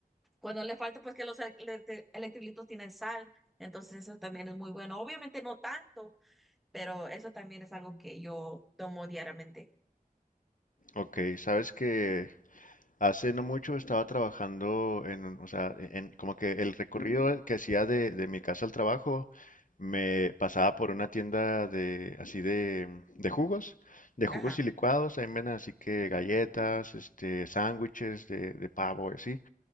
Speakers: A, in the centre; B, on the left.
A: cuando le falta pues que los electri- electrolitos tienen sal. Entonces eso también es muy bueno. Obviamente no tanto, pero eso también es algo que yo tomo diariamente.
B: Ok, sabes que Hace no mucho estaba trabajando en, un- o sea, e-, en- como que el recorrido que hacía de, de mi casa al trabajo me pasaba por una tienda de así de, de jugos, de jugos
A: Ajá,
B: y licuados, ahí venden así que galletas, este, sándwiches de, de pavo y así.